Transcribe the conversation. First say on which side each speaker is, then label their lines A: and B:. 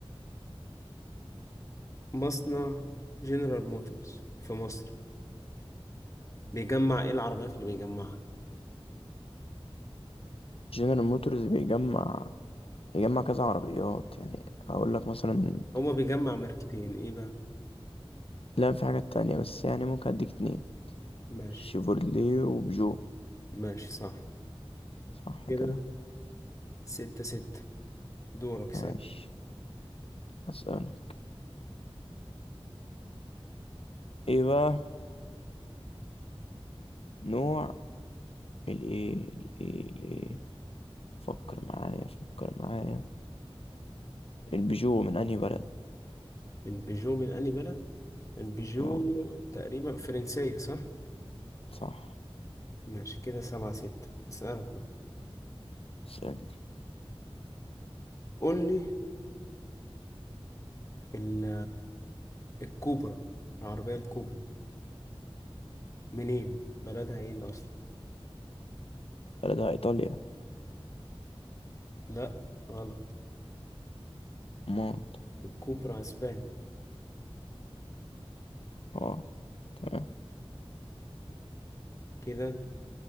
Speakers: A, on the left (about 30°); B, on the left (about 70°).
A: مصنع جنرال موتورز في مصر بيجمع إيه العربيات اللي بيجمعها
B: جنرال موتورز بيجمع بيجمع كذا عربيات يعني هقول لك مثلا
A: هو بيجمع ماركتين إيه بقى
B: لا في حاجات تانية بس يعني ممكن أديك اتنين
A: ماشي
B: شيفورلي وبيجو
A: ماشي صح
B: صح
A: كده
B: كده
A: ستة ستة دورك سأل
B: ماشي أسألك إيه بقى نوع الإيه الإيه الإيه فكر معايا فكر معايا البيجو من أنهي بلد؟
A: البيجو من أنهي بلد؟ البيجو
B: أه
A: تقريبا فرنسية صح؟
B: صح
A: ماشي كده سبعة ستة أسألك بقى
B: اسألني
A: قول لي ال- الكوبرا العربية الكوبرا منين؟ بلدها ايه الأصل؟
B: بلدها إيطاليا
A: لأ غلط
B: مونت
A: الكوبرا أسباني
B: أه تمام
A: كده